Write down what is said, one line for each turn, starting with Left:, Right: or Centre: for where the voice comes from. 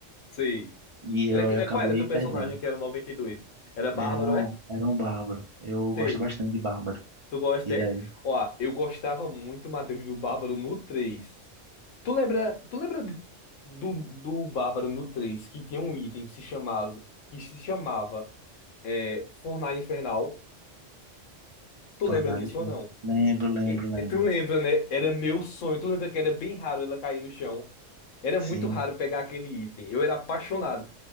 Left: Sei.
Right: e
Left: Era,
Right: eu
Left: que- é,
Right: acabei
Left: qual era teu personagem
Right: perdendo.
Left: que era o noventa e dois Era Bárbaro,
Right: Era um,
Left: é?
Right: era um bárbaro. Eu
Left: Sei.
Right: gosto bastante de bárbaro.
Left: Tu gosta,
Right: E
Left: é?
Right: daí?
Left: Ó, eu gostava muito, Matheus, do Bárbaro no três Tu lembra, tu lembra do, do Bárbaro no três que tinha um item que se chamava, que se chamava é, Fornalha Infernal? Tu
Right: Fornalista.
Left: lembra disso ou não?
Right: Lembro, lembro,
Left: E-
Right: lembro.
Left: e Tu lembra, né? Era meu sonho. Tu lembra que era bem raro ela cair no chão? Era
Right: Sim,
Left: muito raro pegar aquele item. Eu era apaixonado.